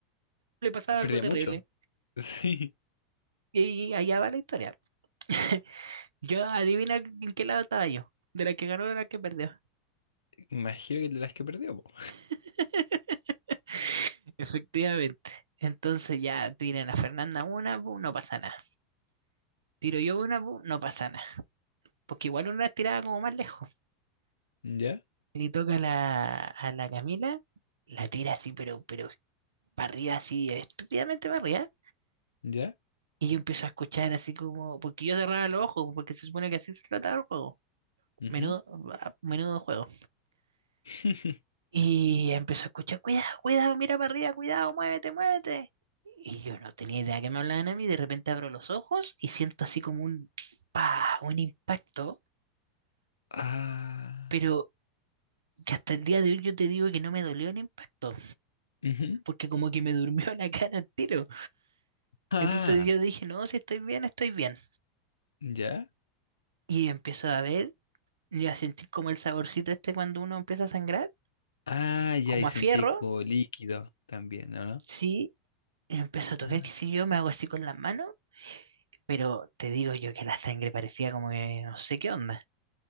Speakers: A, on the right; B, on the left.
A: le pasaba
B: Perdía
A: algo terrible.
B: mucho. <laughs> Sí,
A: Y allá va la historia. <laughs> Yo adivina en qué lado estaba yo, de la que ganó o de la que perdió.
B: imagino que de las que perdió, po.
A: <laughs> Efectivamente. Entonces ya tiran a Fernanda una, pu, no pasa nada. Tiro yo una, pu, no pasa nada. Porque igual una tiraba como más lejos.
B: ¿Ya?
A: Le toca a la, a la Camila, la tira así, pero, pero barrida así, estúpidamente barrida.
B: ¿Ya?
A: Y yo empiezo a escuchar así como, porque yo cerraba los ojos, porque se supone que así se trataba el juego.
B: Ujú.
A: Menudo, a- menudo juego.
B: <laughs>
A: Y empezó a escuchar, cuidado, cuidado, mira para arriba, cuidado, muévete, muévete. Y yo no tenía idea que me hablaban a mí, de repente abro los ojos y siento así como un, pa, un impacto,
B: Ah.
A: pero que hasta el día de hoy yo te digo que no me dolió el impacto,
B: Ujú.
A: porque como que me durmió <laughs> la cara al tiro.
B: Ah.
A: Entonces yo dije, no, si estoy bien, estoy bien.
B: ¿Ya?
A: Y empiezo a ver Y a sentir como el saborcito este cuando uno empieza a sangrar,
B: Ah, ya,
A: como
B: y sentí
A: a fierro,
B: como líquido también, ¿no? ¿No?
A: sí, empiezo a tocar,
B: Ah.
A: qué sé yo, me hago así con las manos, pero te digo yo que la sangre parecía como que no sé qué onda.